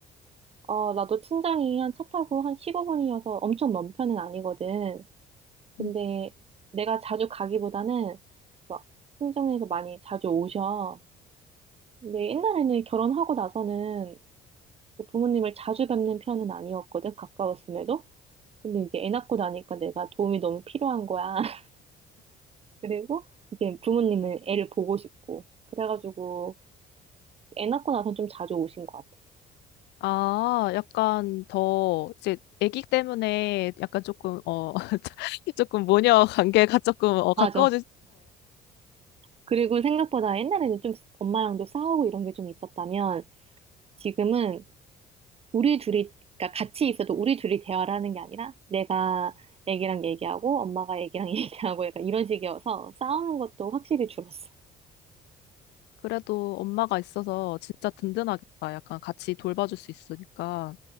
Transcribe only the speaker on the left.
음.
아, 약간 더 이제 아기 때문에 약간 조금 어 <laughs> 조금 모녀 관계가 조금 어 가까워지
그래도 엄마가 있어서 진짜 든든하겠다. 약간 같이 돌봐줄 수 있으니까.